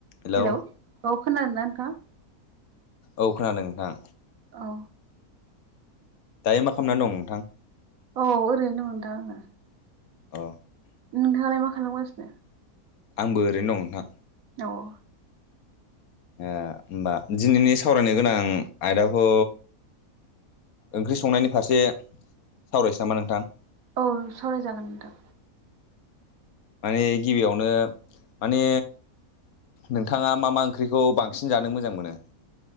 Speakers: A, on the left; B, on the right.
A: Hello
B: hello औ खोनादोंना नोंथां
A: औ खोनादों नोंथां
B: औ
A: दायो मा खालामनानै दं नोंथां
B: औ ओरैनो दं नोंथां आंङो
A: अ
B: नोंथाङालाय मा खालामगासिनो
A: आंबो ओरैनो दं नोंथां
B: औ औ
A: ओ होमबा दिनैनि सावरायनो गोनां आयदाखौ ओंख्रि संनायनि फारसे सावरायसै नामा नोंथां
B: औ सावरायजागोन नोंथां
A: माने गिबियावनो माने नोंथाङा मा मा ओंख्रिखौ बांसिन जानो मोजां मोनो?